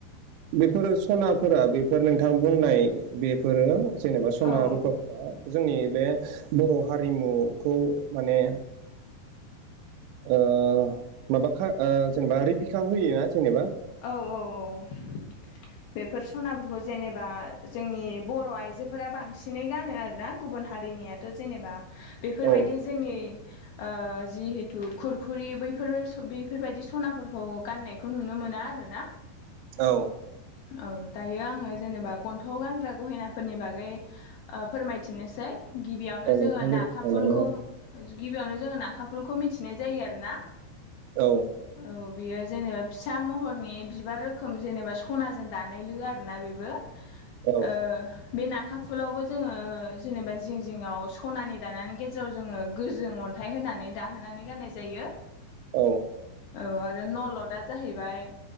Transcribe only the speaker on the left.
औ
औ औ औ औ बेफोर सनाफोरखौ जेनेबा जोंनि बर' आइजोफोरा बांसिनै गानो आरोना गुबुन हारिनियाथ' जेनेबा बेफोरबायदि
जोंनि ओ जिहेथु खुरखुरि बैफोर बेफोरबायदि सनाफोरखौ गाननायखौ नुनो मोनो ना आरो ना
औ दायो आङो जेनेबा गन्थंआव गानग्रा गहेनाफोरनि बागै फोरमायथिनोसै गिबियावनो
जोङो
नाखा
फुलखौ
गिबियावनो जोङो नाखाफुलखौ मिथिनाय जायो आरो ना
औ बियो जेनेबा फिसा महरनि बिबार रोखोम जेनेबा सनाजों दानाय लो आरोना बेबो
ओ बे नाखा फुलावबो जोङो जेनेबा जिं जिङआव सनानि दानानै गेजेराव जोङो गोजों अन थाय होनानै दाहोनानै गाननाय जायो।
औ आरो नलदा जाहैबाय